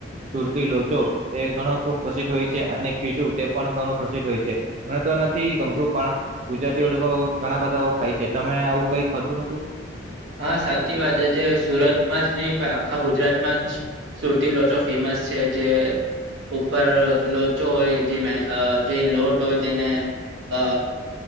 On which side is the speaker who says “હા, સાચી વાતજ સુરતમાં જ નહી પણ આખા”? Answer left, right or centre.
Right